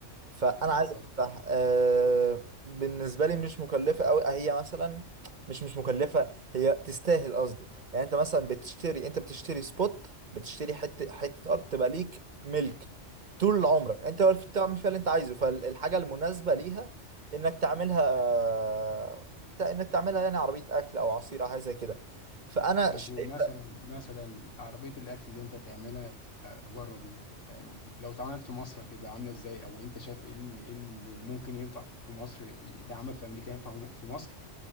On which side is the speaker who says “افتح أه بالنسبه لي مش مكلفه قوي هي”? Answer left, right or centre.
Right